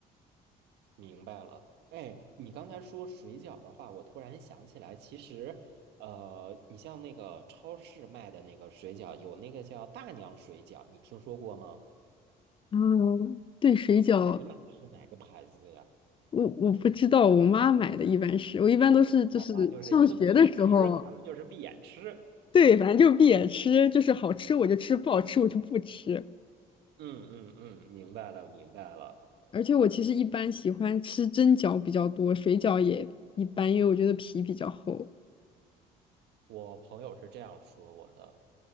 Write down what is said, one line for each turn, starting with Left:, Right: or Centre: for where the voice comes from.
Right: 明白了，哎，你刚才说水饺的话，我突然想起来，其实，呃，你像那个超市卖的那个水饺，有那个叫大娘水饺，你听说过吗？
Left: 嗯，对，水饺，
Right: 那你买的是哪个牌子的呀？
Left: 我我不知道，我妈买的一般是，我一般都是就是上学的时候，
Right: 好吧，就是一个闭眼吃，咱们就是闭眼吃。
Left: 对，反正就是闭眼吃，就是好吃我就吃，不好吃我就不吃。
Right: 嗯嗯嗯，明白了明白了。
Left: 而且我其实一般喜欢吃蒸饺比较多，水饺也一般，因为我觉得皮比较厚。
Right: 我朋友是这样说我的，